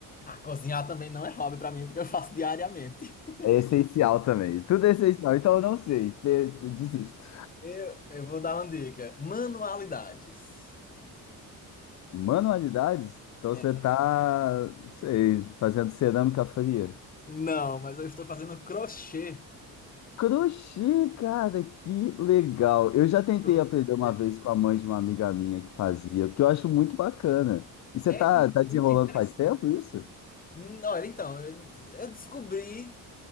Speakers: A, on the left (about 25°); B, on the left (about 50°).
A: Ah, cozinhar também não é hobby pra mim, porque eu faço diariamente. <laughs>
B: É essencial também. Tudo é essencial. Então eu não sei. pe- Desisto.
A: Eu, eu vou dar uma dica. Manualidades.
B: Manualidades? Então
A: É,
B: você tá, não sei, fazendo cerâmica fria.
A: não, mas eu estou fazendo crochê.
B: Crochê, cara, que legal. Eu já tentei
A: Crochê.
B: aprender uma vez com a mãe de uma amiga minha que fazia, porque eu acho muito bacana. E você
A: É
B: tá,
A: muito
B: tá desenrolando
A: interessante.
B: faz tempo isso?
A: Hum, Olha, então, eu, eu descobri